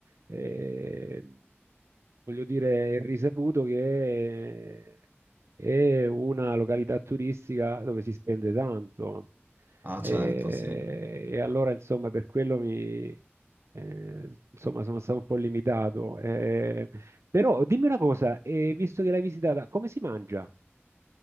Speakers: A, on the right; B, on the right.
A: eh, voglio dire, è risaputo che è una località turistica dove si spende tanto.
B: Ah,
A: Eh,
B: certo, sì.
A: e allora, insomma, per quello mi, eh, insomma, sono stato un po' limitato. Eh, però dimmi una cosa, eh, visto che l'hai visitata, come si mangia?